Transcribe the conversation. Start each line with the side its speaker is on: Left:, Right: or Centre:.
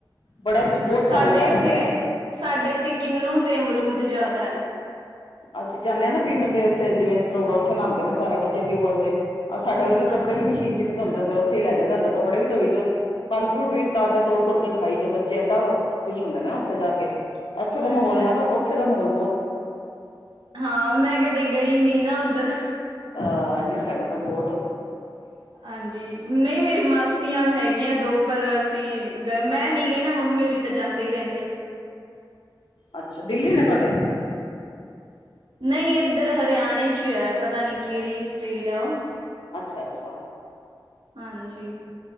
Left: ਬੜਾ
Right: ਹਾਂਜੀ।
Left: ਬਹੁਤ
Right: ਸਾਡੇ
Left: ਫਲ ਲਗਾ
Right: ਇੱਥੇ-
Left: ਰੱਖਿਆ
Right: ਸਾਡੇ ਇੱਥੇ ਕਿੰਨੂੰ ਤੇ ਅਮਰੂਦ ਜਾਦੈ।
Left: ਅਸੀ ਜਾਂਨੇ ਆ ਨਾ ਪਿੰਡ ਤੇ ਉਥੇ ਜਿਵੇਂ ਸਰੋਵਾ ਉਥੇ ਨਾਂਦੇ ਨੇ ਸਾਰੇ ਬੱਚੇ ਟਊਬਵਲ ਤੇ ਆ ਸਾਡੇ ਵਰਗੇ
Right: ਅੱਛਾ
Left: ਕੱਪੜੇ ਵੀ ਮਸ਼ੀਨ ਚ ਨੀ ਧੋੰਦੇ ਹੁੰਦੇ ਉਥੇ ਲੈ ਜਾਂਦੇ ਹੁੰਦੇ ਕੱਪੜੇ ਵੀ ਧੋਈ ਜਾਉ। ਫਲ- ਫਰੂਟ ਵੀ ਤਾਜ਼ਾ ਤੋੜ- ਤੋੜ ਕੇ ਖਾਈ ਜਾਉ ਬੱਚੇ ਏਡਾ ਖੁਸ਼ ਹੁੰਦੇ ਨੇ ਉਥੇ ਜਾ ਕੇ। ਏਥੇ ਦੇ
Right: ਅੱਛਾ
Left: ਮਹੌਲ ਨਾਲੋ ਔਥੇ ਦਾ ਮਹੌਲ
Right: ਹਾਂ ਮੈਂ ਕਦੀ ਗਈ ਨੀ ਨਾ ਉੱਧਰ।
Left: ਆ ਨ੍ਹੀਂ ਸਾਡੇ ਤਾਂ ਬੋਤ
Right: ਹਾਂਜੀ। ਨਈ ਮੇਰੀ ਮਾਸੀਆਂ ਹੈਗੀਆਂ ਦੋ ਪਰ ਅਸੀ ਗ ਮੈਂ ਨੀ ਗਈ ਨਾ ਮੰਮੀ ਹੋਰੀ ਤੇ ਜਾਂਦੇ ਈ ਰੈਂਦੇ ਆ।
Left: ਅੱਛਾ। ਦਿੱਲੀ ਨੇ ਤੁਵਾਡੇ?
Right: <inaudible> ਨਈ ਏਧਰ ਹਰਿਆਣੇ ਚੀ ਏ ਪਤਾ ਨੀ ਕੇਹੜੀ ਸਟੇਟ ਏ ਉਹ?
Left: ਅੱਛਾ-ਅੱਛਾ।
Right: ਹਾਂਜੀ।